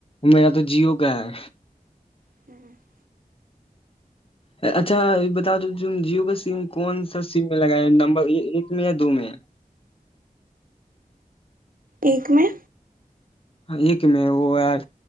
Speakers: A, on the left; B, on the right.
A: میرا تو جیو کا ہے
B: ہوں <inaudible>
A: اچھا بتا دو جیو کا سم کون سا سم میں لگایا نمبر یہ ایک میں یا دو میں
B: ایک میں
A: ایک میں وہ یار